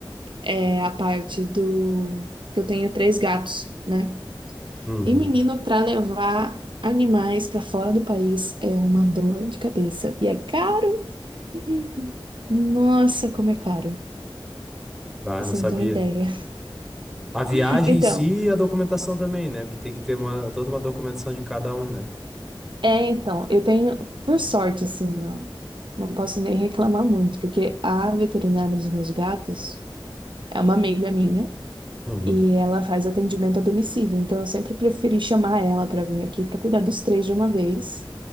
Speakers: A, on the right; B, in the centre.
A: é a parte do que eu tenho três gatos, né?
B: Uhum.
A: E menino, para levar animais para fora do país é uma dor de cabeça e é caro. <laughs> Nossa, como é caro.
B: Bah,
A: Você
B: eu não sabia.
A: não tem ideia.
B: A viagem
A: <laughs> Então,
B: em si e a documentação também, né? Porque tem que ter uma, toda uma documentação de cada um, né?
A: É, então, eu tenho, por sorte, assim, ó, não posso nem reclamar muito, porque a veterinária dos meus gatos é uma amiga minha
B: Uhum.
A: e ela faz atendimento a domicílio, então eu sempre preferi chamar ela para vir aqui para cuidar dos três de uma vez,